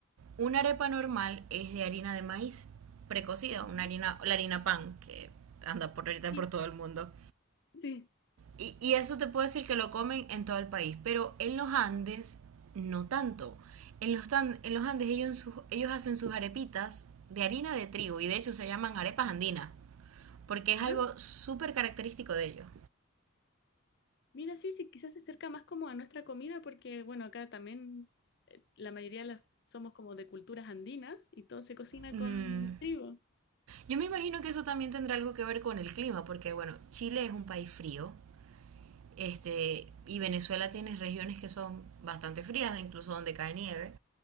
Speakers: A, on the right; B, on the left.
A: una arepa normal es de harina de maíz precocida,
B: Ujú.
A: una harina, la harina pan, que anda por ahorita
B: Sí,
A: por todo el mundo.
B: sí.
A: Y, y eso te puedo decir que lo comen en todo el país, pero en los Andes no tanto. En los, tan- en los Andes ellos, en sus- ellos hacen sus arepitas de harina de trigo y de hecho se llaman arepas andinas, porque es algo
B: Ah.
A: súper característico de ellos.
B: Mira, sí, sí, quizás se acerca más como a nuestra comida porque, bueno, acá también eh, la mayoría de las somos como de culturas andinas y todo se cocina
A: Mm,
B: con trigo.
A: Yo me imagino que eso también tendrá algo que ver con el clima, porque bueno, Chile es un país frío, Este, y Venezuela tiene regiones que son bastante frías, incluso donde cae nieve.